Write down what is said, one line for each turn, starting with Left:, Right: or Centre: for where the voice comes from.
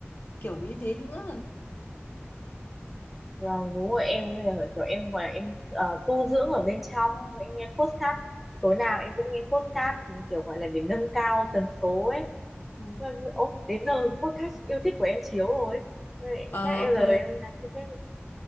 Left: kiểu như thế nữa.
Centre: và đúng rồi em kiểu em gọi em tu dưỡng ở bên trong, em nghe podcast tối nào em cũng nghe podcast kiểu gọi là để nâng cao tần số ấy.
Left: Ừ.
Centre: Ôi đến giờ podcast yêu thích của em chiếu rồi. Thôi
Left: Ờ
Centre: em
Left: ok.
Centre: rồi em làm gì đấy,